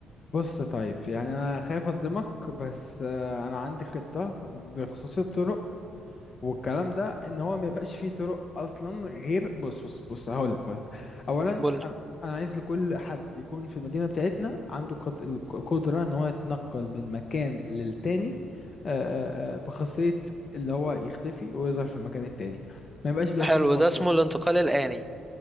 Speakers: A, on the left; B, in the centre.
A: بص طيب يعني انا خايف اصدمك بس آه انا عندي خطة بخصوص الطرق والكلام ده ان هو ما يبقاش فيه طرق اصلا غير بص بص بص هقول لك هقول لك اولا
B: قولي
A: انا انا عايز لكل حد يكون في المدينه بتاعتنا عنده قد- القدره ان هو يتنقل من مكان للتاني آه، آه، آه، بخاصيه اللي هو يختفي ويظهر في المكان التاني ما يبقاش بقى
B: حلو
A: فيه مواصلات
B: ده اسمه الانتقال الآني